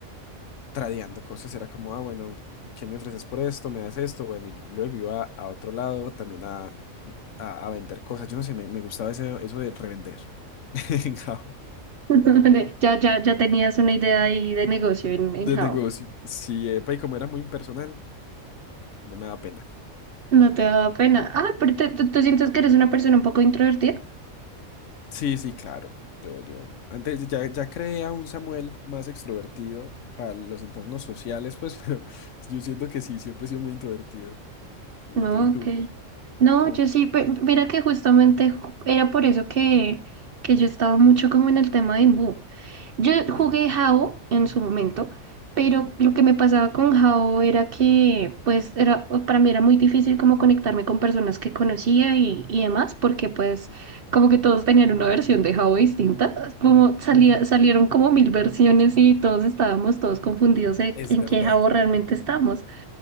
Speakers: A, on the left; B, on the right.
A: tradeando cosas, era como, ah, bueno, ¿qué me ofreces por esto? ¿Me das esto? Bueno, y luego iba a otro lado también a, a- a vender cosas. Yo no sé, me, me gustaba ese- eso de revender <laughs> en Java,
B: <laughs> Ya, ya, ya tenías una idea ahí de negocio en, en
A: de
B: How
A: negocio. Sí, epa, y como era muy impersonal, no me da pena.
B: No te da pena. Ah, pero te- tú, tú sientes que eres una persona un poco introvertida.
A: Sí, sí, claro. Yo, yo antes ya, ya creé a un Samuel más extrovertido para los entornos sociales, pues, <laughs> pero yo siento que sí, siempre he sido muy introvertido. ¿Y,
B: No,
A: tú? y tú?
B: ok. No,
A: ¿Cómo
B: yo
A: fue?
B: sí, pe- mira que justamente ju- era por eso que, que yo estaba mucho como en el tema de Imbu. Yo jugué
A: Ok.
B: Jao en su momento, pero
A: Ujú,
B: lo que me pasaba con Jao era que, pues, era, para mí era muy difícil como conectarme con personas que conocía y, y demás, porque pues
A: ujú,
B: como que todos tenían una versión de Jao distinta, como salía,
A: ujú.
B: salieron como mil versiones y todos estábamos todos confundidos en,
A: Es
B: en
A: verdad.
B: qué Jao realmente estábamos